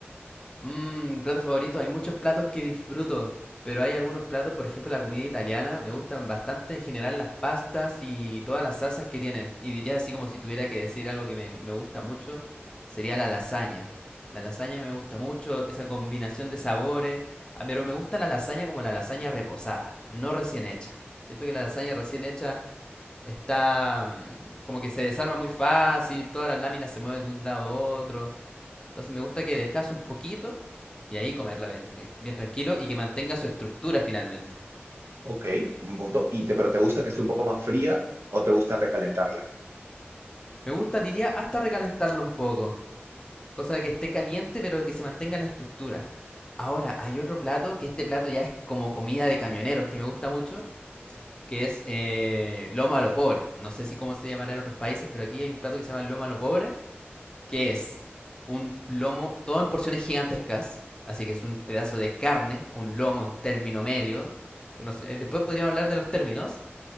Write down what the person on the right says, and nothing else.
Ok, un buen punto. ¿Y te, pero te gusta que esté un poco más fría o te gusta recalentarla?